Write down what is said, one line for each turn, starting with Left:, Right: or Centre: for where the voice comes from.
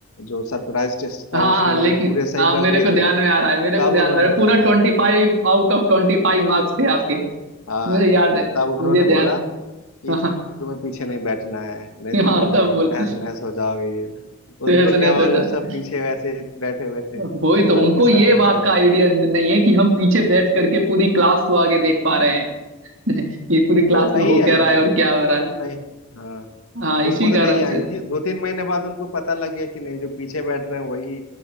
Left: जो सरप्राइज टेस्ट
Right: हाँ
Left: था
Right: हाँ
Left: उसमें
Right: लेकिन
Left: मैंने पूरे सही
Right: हाँ मेरे
Left: कर दिए
Right: को ध्यान
Left: थे
Right: में आ रहा है मेरे
Left: तब
Right: को ध्यान
Left: उन्होंने
Right: में आ रहा
Left: बोला
Right: है पूरा ट्वेंटी
Left: हाँ
Right: फाइव आउट ऑफ ट्वेंटी फाइव मार्क्स थे आपके
Left: हाँ
Right: मुझे याद है
Left: तब उन्होंने
Right: मुझे ध्यान
Left: बोला कि
Right: <laughs> हाँ
Left: तुम्हें पीछे नहीं बैठना है नहीं तो
Right: हाँ
Left: तुम
Right: तब बोल
Left: तहस नहस हो जाओगे ये वो।
Right: तो
Left: उनको
Right: ऐसे
Left: क्या
Right: नहीं तो
Left: मालूम
Right: ऐसा
Left: सब पीछे वैसे ही बैठे हुए थे
Right: वही
Left: सबके
Right: तो उनको
Left: सब
Right: ये
Left: एक
Right: बात
Left: से एक
Right: का आइडिया
Left: शेर
Right: नहीं है कि हम पीछे बैठ करके पूरी क्लास को आगे देख पा रहे हैं <laughs> कि पूरी
Left: क्योंकि
Right: क्लास
Left: वो नई
Right: में हो क्या
Left: आई
Right: रहा है
Left: थी
Right: और क्या हो रहा है
Left: वो नहीं हाँ
Right: हाँ इसी
Left: वो खुद
Right: कारण
Left: नहीं आई
Right: से
Left: थी दो तीन महीने बाद उनको पता लग गया कि नहीं जो पीछे बैठ रहे हैं वही